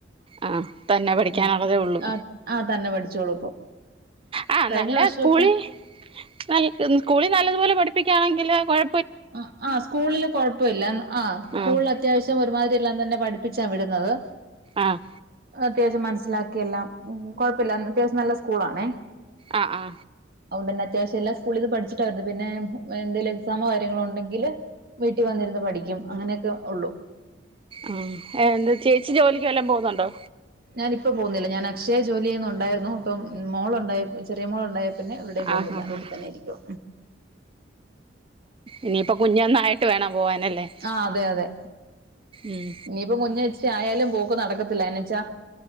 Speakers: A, on the right (about 30°); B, on the right (about 55°).
A: ആഹ് തന്നെ പഠിക്കാനുള്ളതേ
B: ഉം
A: ഉള്ളു
B: ആഹ് ആഹ് തന്നെ പഠിച്ചോളൂ ഇപ്പൊ
A: ആ
B: കഴിഞ്ഞ
A: നല്ല
B: വർഷൊക്കെ
A: സ്കൂളി ന സ്കൂളിൽ നല്ലതുപലെ പഠിപ്പിക്കുകയാണെങ്കില് കൊഴ
B: ആ ആ സ്കൂളില് കൊഴപ്പമില്ല ആ സ്കൂളിൽ
A: ആഹ്
B: അത്യാവശ്യം ഒരുമാതിരി എല്ലാം തന്നെ പഠിപ്പിച്ച ച്ചാ വിടുന്നത്
A: ആഹ്
B: അത്യാവശ്യം മനസ മനസ്സിലാക്കിയെല്ലാം കുഴപ്പമില്ല അത്യാവശ്യം നല്ല സ്കൂളണേ
A: ആ ആ
B: അതു കൊണ്ട് തന്നെ ത്യാവശ്യം എല്ലാം സ്കൂളീന്ന് പഠിച്ചിട്ടാ വരുന്നെ പിന്ന എന്തെലും എക്സാമോ കാര്യ യണ്ടെങ്കിൽ വീട്ടിൽ വന്നിരുന്ന് പഠിക്കും അങ്ങനെയൊക്കെ ഉള്ളു
A: ആ എന്താ ചേച്ചി ജോലിക്ക് വല്ലോം പോന്നുണ്ടോ
B: ഞാനിപ്പ പോന്നില്ല ഞാൻ അക്ഷയെ ജോലി ചെയ്യുന്നുണ്ടായിരുന്നു ഇപ്പം മോളുണ്ടായി ചെറിയ മോളുണ്ടായി പിന്നെ എവിടെയും പോന്നില്ല
A: ആഹ് ആഹ്
B: വീട്ടിൽ
A: ആഹ്
B: തന്നെ ഇരിക്കും
A: ഇനിയിപ്പം കുഞ്ഞൊന്നായിട്ട് വേണം പോവാനല്ലേ
B: ആ അതെ അതെ
A: ഉം
B: ഇനിയിപ്പോ കുഞ്ഞിച്ചിരി ആയാലും പോ നടക്കത്തില്ല എന്നെച്ചാ